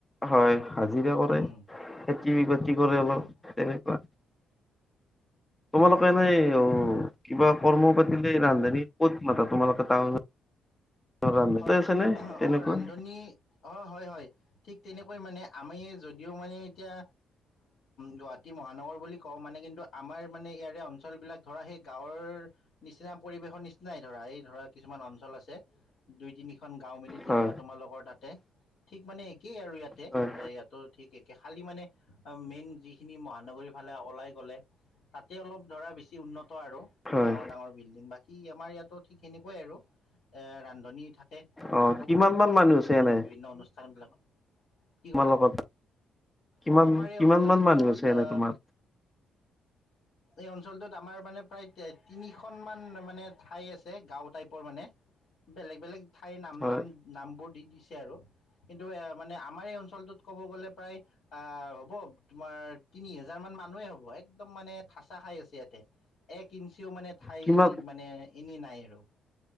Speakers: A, on the left; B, on the left.
A: হয় হাজিৰা কৰে
B: উম
A: খেতি বাতি
B: উম,
A: কৰে অলপ
B: উম।
A: তেনেকুৱা। তোমালোকে
B: হয়,
A: এনেই
B: হয়।
A: অ, কিবা কৰ্ম পাতিলে ৰান্ধানী ক'ত মাতা তোমালোকে টাউনত?
B: হয়
A: আছে নে তেনেকুৱা।
B: অ ৰান্ধনী অ', হয়, হয়, ঠিক তেনেকৈ মানে আমি যদিও মানে এতিয়া গুৱাহাটী মহানগৰ বুলি কওঁ মানে কিন্তু আমাৰ মানে ইয়াৰে অঞ্চল বিলাক ধৰা সেই গাঁৱৰ নিচিনা পৰিবেশৰ নিচিনাই ধৰা এই ধৰা কিছুমান অঞ্চল আছে। দুই তিনিখন গাও মিলি যেনেকুৱা
A: হয়
B: তোমাৰালোকৰ তাতে ঠিক মানে একেই আৰু ইয়াতে
A: হয়
B: ইয়াত ত, ঠিক একে খালি মানে মেইন যিখিনি মহানগৰীৰ ফালে ওলাই গলে তাতে অলপ ধৰা বেছি উন্নত আৰু।
A: হয়
B: ডাঙৰ, ডাঙৰ বিল্ডিং বাকী আমাৰ ইয়াতো ঠিক সেনেকুৱাই আৰু এ ৰান্ধনী থাকে।
A: অ
B: মাতো
A: কিমান মান মানুহ আছে এনে
B: এই বিভিন্ন অনুষ্ঠান বিলাকত। কি
A: তোমাৰ
B: ক'লা
A: লগত কিমান
B: অ', আমাৰ এই
A: কিমান
B: অঞ্চলটোত
A: মান মানুহ আছে এনে তোমাৰ
B: এই অঞ্চলটোত আমাৰ মানে প্ৰায় তিনিখন মান মানে ঠাই আছে। গাঁও টাইপৰ মানে বেলেগ বেলেগ ঠাইৰ নাম
A: হয়
B: নাম নাম বোৰ দি দিছে আৰু কিন্তু এ মানে আমাৰ এই অঞ্চলটোত ক'ব গ'লে প্ৰায় আহ হ'ব তোমাৰ তিনি হোজাৰ মান মানুহে হ'ব একদম মানে থঠাচা খাই আছে ইয়াতে। এক ইঞ্চিও মানে ঠাই
A: কিমান
B: মানে এনেই নাই আৰু।